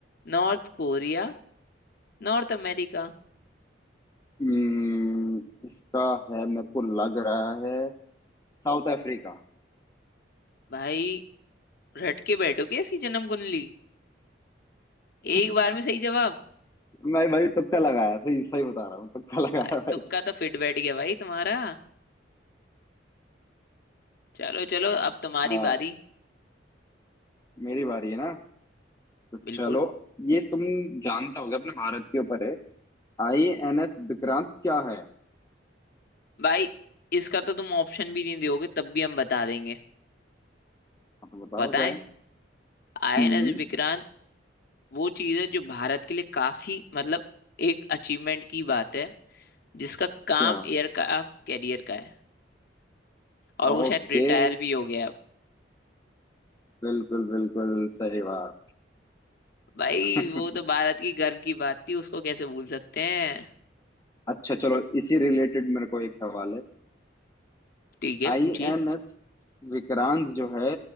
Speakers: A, on the left (about 55°); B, on the left (about 15°).
A: North Korea North America
B: हम्म, इसका है मेरे को लग रहा है साउथ अफ्रीका
A: भाई रट के बैठो क्या इसकी जन्म कुंडली एक
B: <laughs>
A: बार में सही जवाब
B: मैं भाई तुक्का लगाया सही सही बता रहा हूँ तुक्का <laughs> लगाया
A: अरे,
B: भाई
A: तुक्का तो फिट बैठ गया भाई तुम्हारा चलो चलो अब तुम्हारी
B: हाँ
A: बारी
B: मेरी बारी है ना तो
A: बिल्कुल
B: चलो ये तुम जानते होगे अपने भारत के ऊपर है आई एन एस विक्रांत क्या है
A: भाई इसका तो तुम ऑप्शन भी नहीं दोगे तब भी हम बता देंगे
B: आप बताओ
A: बताएं
B: क्या है
A: आईएनएस
B: हम्म
A: विक्रांत वो चीज है जो भारत के लिए काफी मतलब एक अचीवमेंट की बात है जिसका काम
B: क्या
A: एयरक्राफ्ट कैरियर का है और वो
B: ओके
A: शायद रिटायर भी हो गया है अब।
B: बिल्कुल बिल्कुल सही बात
A: भाई
B: <laughs>
A: वो तो भारत की गर्व की बात थी उसको कैसे भूल सकते हैं
B: अच्छा चलो इसी रिलेटेड मेरे को एक सवाल है
A: ठीक है
B: आई
A: पूछिए
B: एन एस विक्रांत जो है